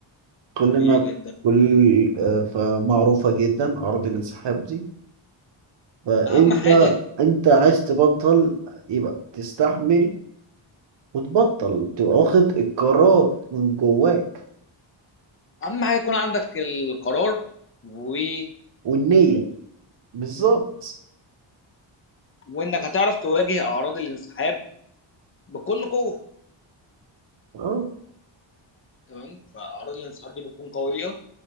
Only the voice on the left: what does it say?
طبيعي جدا
اهم حاجه
اهم حاجه يكون عندك القرار والعزيمه
وانك هتعرف تواجه اعراض الانسحاب بكل قوه
تمام فاعراض الانسحاب دي بتكون قويه